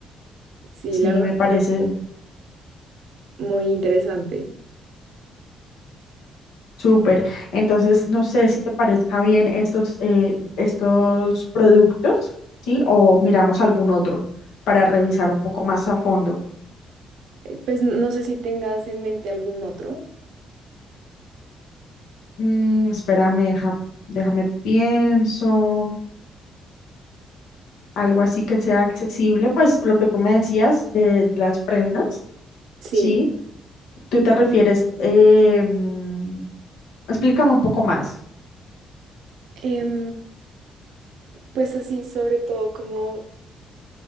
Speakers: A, on the right; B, on the left.
A: Sí,
B: Sí,
A: la verdad
B: me parece
A: me parece muy interesante.
B: Súper. Entonces, no sé si te parezca bien estos, eh, estos productos, ¿sí? O miramos algún otro para revisar un poco más a fondo.
A: Pues no sé si tengas en mente algún otro.
B: Mm, espérame, deja- déjame pienso. Algo así que sea accesible, pues lo que tú me decías de, de las prendas,
A: Sí.
B: ¿sí? Tú te refieres, eh, mm, explícame un poco más.
A: Em, pues así, sobre todo como